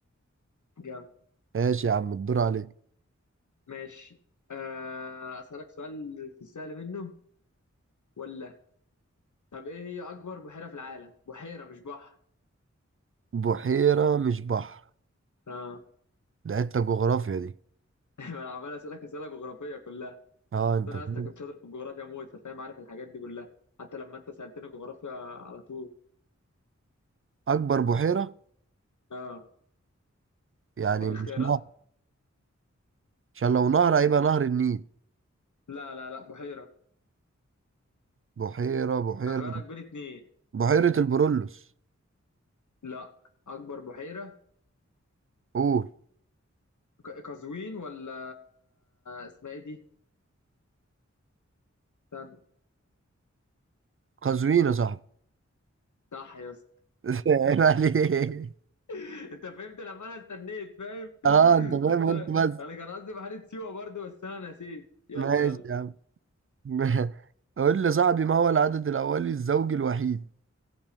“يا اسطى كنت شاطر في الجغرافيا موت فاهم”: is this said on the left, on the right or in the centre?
Left